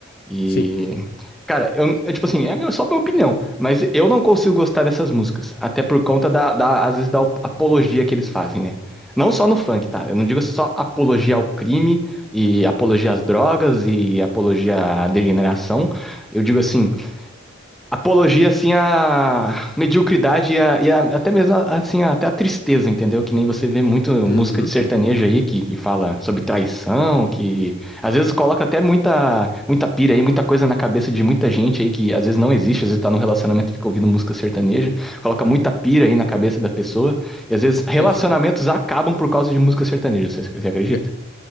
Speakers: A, in the centre; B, on the left.
A: E.
B: Sim.
A: Cara, eu, eu, tipo assim, é meu, só minha opinião, mas eu não consigo gostar dessas músicas. Até por conta da, da, às vezes, da apologia que eles fazem, né? Não só no funk, tá? Eu não digo só apologia ao crime e apologia às drogas e apologia à degeneração. Eu digo assim, Apologia, assim, à mediocridade e, à- e à- até mesmo, assim, à- até a tristeza, entendeu? Que nem você vê muito música
B: Uhum.
A: de sertanejo aí, que, que fala sobre traição, que às vezes coloca até muita, muita pira aí, muita coisa na cabeça de muita gente aí, que às vezes não existe, às vezes tá num relacionamento e fica ouvindo música sertaneja, coloca muita pira aí na cabeça da pessoa, e às vezes relacionamentos
B: Eu,
A: acabam por causa de música sertaneja, você, você acredita?
B: É,